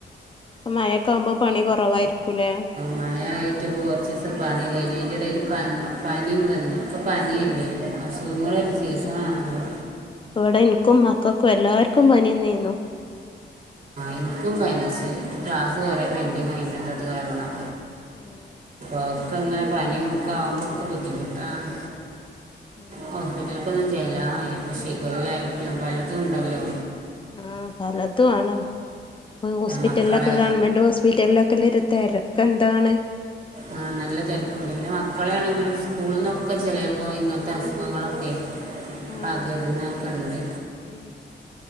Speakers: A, on the left; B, on the right.
A: പ്പ മയൊക്കെ ആവുമ്പോ പണി കൊറവായിരിക്കുലേ.
B: മയായിട്ട് ഇപ്പോ കൊറ്ച്ച്സം പണില്ലേനി അയിന്റെടേൽ പനി പനിം വന്നു ഇപ്പ പനിയല്ലേ. അസുഖങ്ങളൊരു സീസണാണല്ലോ.
A: പ്പവിടെ ഇൻക്കും മക്കക്കും എല്ലാര്ക്കും പനിയന്നേന്നു.
B: ഇന്ക്കും പന്ച്ച് പ്പം ക്ലാസ്സ്
A: ഉം
B: കൊറേ പെൻറിങ്ങായി ഇന്ന്ട്ടത് കാരണം.
A: ഉം
B: അവക്കങ്ങനെ പനിയൊക്കെ ആകുമ്പോക്കെ ബുദ്ധിമുട്ടാണ്
A: ആഹ്
B: ഹോസ്പിറ്റലക്കൊപ്പോ ചെല്ലാൻ വയ്യാ ഷിഗേല്ലയായിട്ടും പലതും ഉണ്ടല്ലോ
A: ആ പലതുംആണ് ഇപ്പൊ ഹോസ്പിറ്റലിലൊക്കെ
B: മക്കളെ
A: ഗവൺമെന്റ്ഹോസ്‌പിറ്റലിലൊക്കെ ഹോസ്‌പിറ്റലിലൊക്കെന്തൊരു തിരക്കെന്താണ്
B: ആഹ നല്ല തിരക്ക്ണ്ട് പിന്നെ മക്കളൊണെങ്കിലും സ്കൂളിൽ നിന്നൊക്കെ ചെിലപ്പോ ഇങ്ങനത്തെ അസുഖങ്ങളൊക്കെ
A: ആഹ്
B: പകരുന്നൊക്കെണ്ട്
A: ഉം